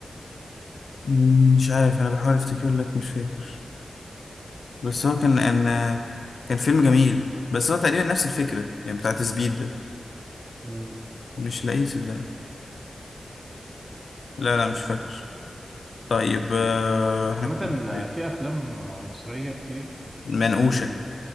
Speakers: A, on the left; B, on the right.
A: مم، مش عارف انا بحاول افتكر لك مش فاكر بس هو كان ان كان فيلم جميل بس هو تقريبا نفس الفكرة يعني بتاعت سبيد ده
B: مم.
A: مش لاقيه صدقني لا لا مش فاكر طيب آه، احنا
B: عامة
A: كنا في
B: في افلام مصرية كتير
A: منقوشة
B: بال-